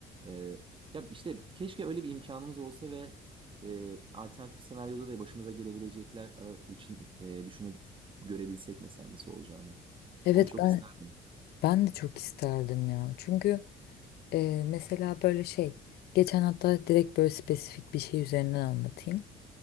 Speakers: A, on the right; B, on the left.
A: Ee, ya işte keşke öyle bir imkanımız olsa ve e, alternatif senaryoda da başımıza gelebilecekler ara- için e, düşünüp görebilsek mesela nasıl olacağını.
B: Evet
A: Onu çok
B: ben
A: isterdim.
B: ben de çok isterdim ya. Çünkü e, mesela böyle şey geçen hatta direkt böyle spesifik bir şey üzerinden anlatayım.